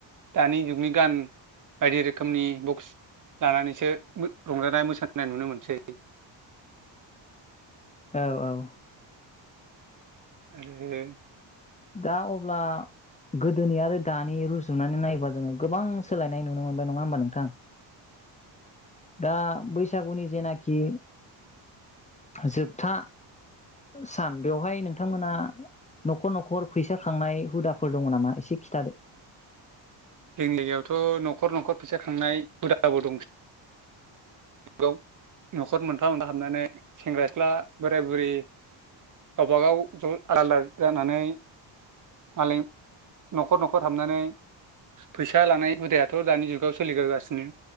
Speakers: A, on the right; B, on the left.
A: दानि जुगनि गान बायदि रोखोमनि बक्स लानानैसो रंजानाय मोसानाय नुनो मोनसै <inaudible>
B: औ औ
A: आरो
B: दा अब्ला गोदोनि आरो दानि रुजुनानै नायोबा जोङो गोबां सोलायनाय नुनो मोनबाय नङा होमबा नोंथां दा बैसागुनि जेनाखि जोबथा सान बेवहाय नोंथांमोना न'खर न'खर न'खर फैसा खांनाय हुदाफोर दङ नामा एसे खिथादो
A: जों लागायावथ' न'खर न'खर फैसा खांनाय हुदाबो दंसै आव न'खर मोनफा मोनफा हाबनानै सेंग्रा सिख्ला बोराय बुरि गावबाागाव ज' आदा आदा जानानै मालाय न'खर न'खर हाबनानै फैसा लानाय हुदायाथ' दानि जुगाव सोलिगोगासिनो